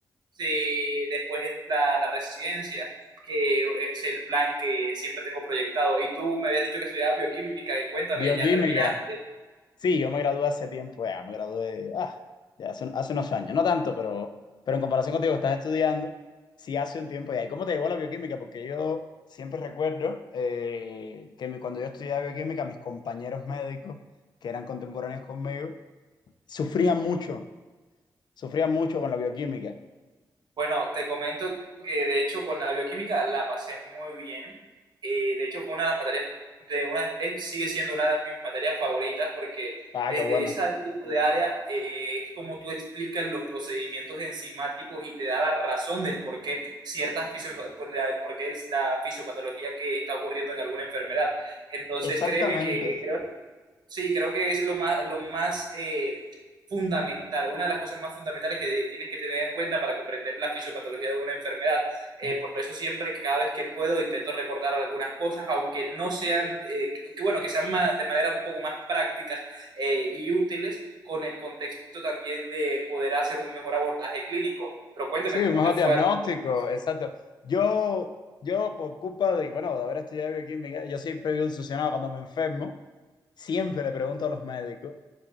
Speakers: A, on the right; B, on the left.
A: se- después la, la residencia, que es el plan que siempre tengo proyectado. Y tú me habías dicho que estudiabas bioquímica, y cuéntame,
B: Bioquímica.
A: ¿ya terminaste?
B: Sí, yo me gradué hace tiempo, ya, me gradué ah, ya hace, hace unos años, no tanto, pero, pero en comparación contigo que estás estudiando, sí hace un tiempo ya. ¿Y cómo te llegó la bioquímica? Porque yo siempre recuerdo eh, que mi- cuando yo estudiaba bioquímica, mis compañeros médicos, que eran contemporáneos conmigo, sufrían mucho, sufrían mucho con la bioquímica.
A: Bueno, te comento que de hecho con la bioquímica la pasé muy bien. Eh, de hecho fue una de las materias, de una, es- sigue siendo una de mis materias favoritas porque
B: Ah,
A: desde
B: qué bueno.
A: ese tipo de área eh, es como tú explicas los procedimientos enzimáticos y te da la razón del por qué ciertas fisio- por la, el por qué es la fisiopatología que está ocurriendo en alguna enfermedad. Entonces
B: Exactamente.
A: créeme que creo Sí, creo que es lo más, lo más eh, fundamental, una de las cosas más fundamentales que tienes que tener en cuenta para comprender la fisiopatología de una enfermedad. Eh,
B: De-
A: por eso siempre, cada vez que puedo, intento recordar algunas cosas, aunque no sean, eh, que bueno, que sean más- de manera un poco más prácticas eh, y útiles, con el contexto también de poder hacer un mejor abordaje clínico. Pero cuéntame,
B: Sí,
A: ¿cómo
B: un mejor
A: te fue
B: diagnóstico,
A: a ti? Sí.
B: exacto. Yo, yo por culpa de, bueno, de haber estudiado bioquímica, yo siempre vivo obsesionado cuando me enfermo siempre le pregunto a los médicos